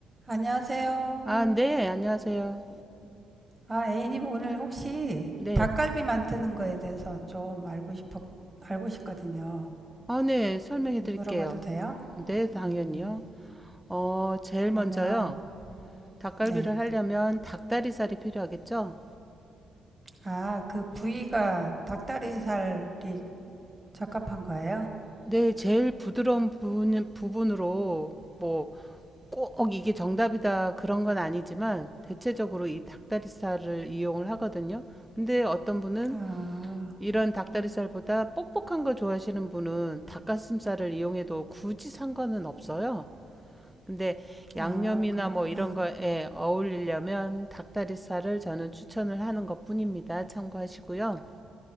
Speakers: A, on the right; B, in the centre.
A: 안녕하세요.
B: 아, 네, 안녕하세요.
A: 아, A님 오늘 혹시
B: 네.
A: 닭갈비 만드는 거에 대해서 좀 알고 싶어, 알고 싶거든요.
B: 아, 네, 설명해 드릴게요.
A: 물어봐도 돼요?
B: 네, 당연히요.
A: 음,
B: 어, 제일
A: 그러면,
B: 먼저요. 닭갈비를
A: 네.
B: 하려면 닭다리살이 필요하겠죠?
A: 아, 그 부위가 닭다리살이 적합한 거예요?
B: 네, 제일 부드러운 부분, 부분으로 뭐 꼭 이게 정답이다 그런 건 아니지만 대체적으로 이 닭다리살을 이용을 하거든요. 근데 어떤 분은
A: 아,
B: 이런 닭다리살보다 뻑뻑한 거 좋아하시는 분은 닭가슴살을 이용해도 굳이 상관은 없어요. 근데 양념이나
A: 아, 그렇구나.
B: 뭐 이런 거에 어울리려면 닭다리살을 저는 추천을 하는 것뿐입니다. 참고하시고요.